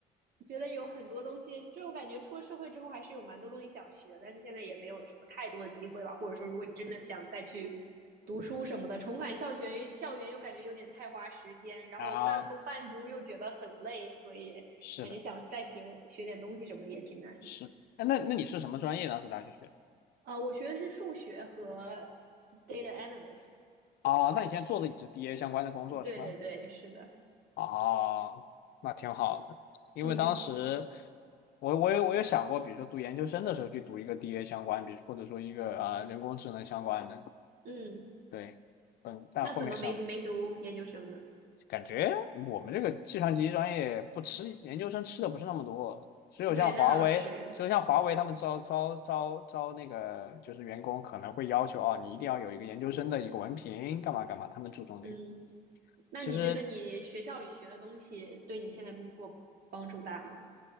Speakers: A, on the right; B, on the left.
A: 觉得有很多东西，就我感觉出了社会之后还是有蛮多东西想学，但是现在也没有什么太多的机会吧。或者说，如果你真的想再去读书什么的，重返校园，校园又感觉有点太花时间，然后半工半读又觉得很累，
B: 啊。
A: 所以感觉想再学学点东西什么的也挺难。
B: 是的，是。哎，那那你是什么专业当时大学学？
A: 呃，我学的是数学和 data analyst，
B: 哦，那你现在做的也是 DA 相关的工作是吧？
A: 对对对，是的，
B: 哦，那挺好的，因为当时
A: 嗯
B: 我我有我有想过，比如说读研究生的时候去读一个 DA 相关，比如或者说一个啊、呃人工智能相关的，
A: 嗯，
B: 对，嗯，但后面想。
A: 那怎么没没读研究生呢？
B: 感觉我们这个计算机专业不吃研究生吃的不是那么多，只有像华为，
A: 对，那倒是。
B: 只有像华为他们招招招招那个就是员工可能会要求哦，你一定要有一个研究生的一个文凭，干嘛干嘛，他们注重这个。
A: 嗯，那你觉得你学校里学的东西对你现在工作帮助大吗？
B: 其实